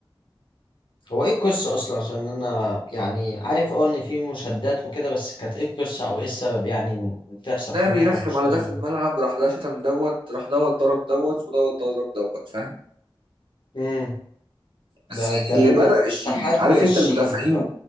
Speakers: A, on the left; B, on the right.
A: هو ايه القصه اصلا عشان انا يعني عارف اه ان في مشادات وكده بس كانت ايه القصه او ايه السبب يعني ان تحصل
B: ده
A: خناقه
B: بيرخم
A: او مشكله
B: على ده في
A: ما بين
B: الملعب راح ده شتم دوت راح دوت ضرب دوت ودوت ضرب دوت فاهم
A: امم
B: بس
A: ده
B: يعني
A: ده
B: اللي
A: بين
B: بدأ
A: الشحات
B: الشيبي عارف
A: والشيبي
B: انت المدافعين
A: صح